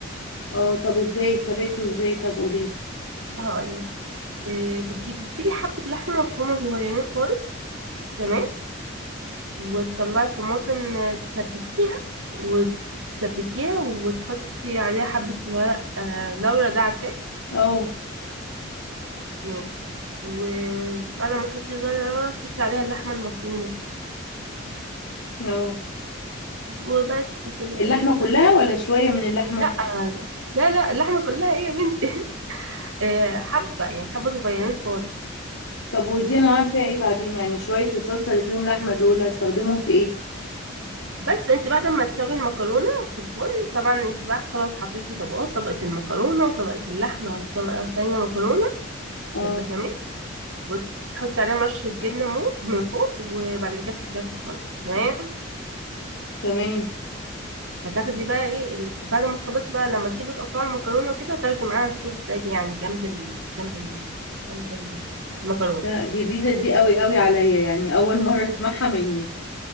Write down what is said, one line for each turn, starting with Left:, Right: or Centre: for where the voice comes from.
Left: اه طب ازاي طريقته ازاي طب قولي
Right: هقولك إيه بتجيب بتسيبي حبة لحمة مفرومة صغيرين خالص تمام وتطلعي الطماطم آه، تسبكيها وتسبكيها وتحطي عليها حبة ورق آه لورا ده عارفاه
Left: اه
Right: ماشي وبعد ما تحطي ورق لورا تحطي عليها اللحمة المفرومة
Left: اه
Right: وبس كده
Left: اللحمة
Right: أيوة.
Left: كلها ولا شوية من اللحمة
Right: لا لا لا اللحمة كلها ايه يا بنتي آه، حبة يعني حبة صغيرين خالص
Left: طب ودي انا هعمل فيها ايه بعدين يعني شوية الصلصة اللي فيهم لحمة دول هستخدمهم في ايه
Right: بس انت بعد ما تسوي المكرونة في الفرن طبعا انت بقى خلاص حطيتي طبقات طبقة المكرونة وطبقة اللحمة وطبقة تانية مكرونة
Left: اه
Right: بالبشاميل وتحطي عليهم رشة جبنة مو- من فوق وبعد كده تحطيها في الفرن تمام
Left: تمام
Right: هتاخدي بقى ايه ال- بعد ما تخلصي بقى لما تيجي تقطعي المكرونة وكده تاخدي معاها الصوص ده يعني جنب ال... جنب ال... جنب ال- المكرونة
Left: لا جديدة دي قوي قوي عليا يعني اول مرة اسمعها منك